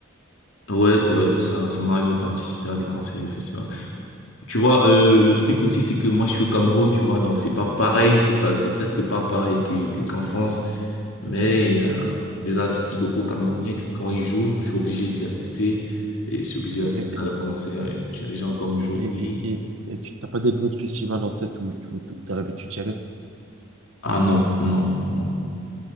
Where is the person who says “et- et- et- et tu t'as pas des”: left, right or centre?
Right